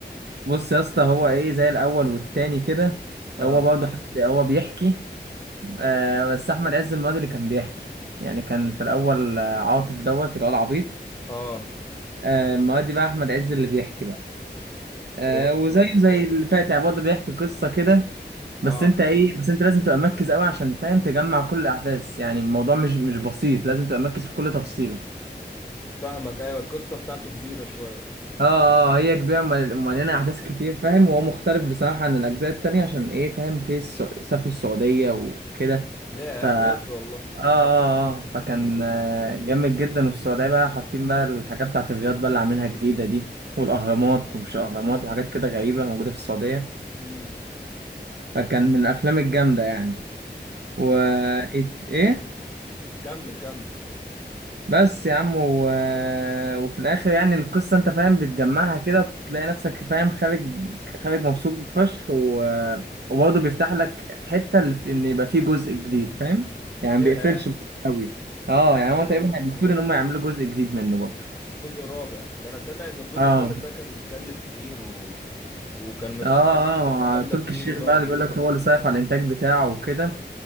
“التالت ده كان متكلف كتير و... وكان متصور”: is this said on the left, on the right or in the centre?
Left